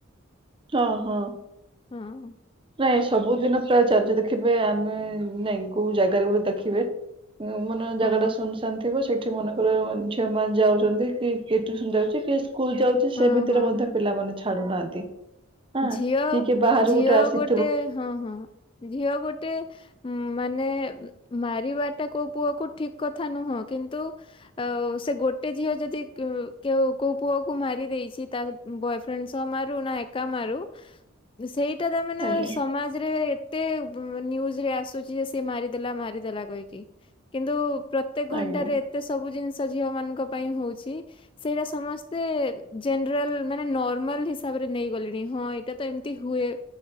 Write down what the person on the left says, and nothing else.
ହଁ
ହଁ
ହଁ ହଁ।
ଝିଅ
ଝିଅ
ଗୋଟେ ହଁ ହଁ ଝିଅ ଗୋଟେ। ଉଁ ମାନେ ମାରିବାଟା କୋଉ ପୁଅକୁ ଠିକ କଥା ନୁହଁ କିନ୍ତୁ। ଆଉ ସେ ଗୋଟେ ଝିଅ ଯଦି କେ କେଉ କୋଉ ପୁଅକୁ ମାରି ଦେଇଛି ତା ବୟଫ୍ରେଣ୍ଡ ସହ ମାରୁ ନା ଏକା ମାରୁ ସେଇଟା ତା ମାନେ
ସମାଜରେ। ଏତେ ନିଉଜରେ ଆସୁଛି ଯେ ସେ ମାରିଦେଲା ମାରିଦେଲା କହିକି କିନ୍ତୁ ପ୍ର ତେକ ଘଣ୍ଟାରେ
ଏତେ ସବୁ ଜିନିଷ ଝିଅମାନଙ୍କ ପାଇଁ ହଉଛି। ସେଇଟା ସମସ୍ତେ ଜେନେରାଲ ମାନେ ନର୍ମାଲ ହିସାବରେ। ନେଇଗଲେଣି ହଁ ଏଇଟା ତ ଏମିତି ହୁଏ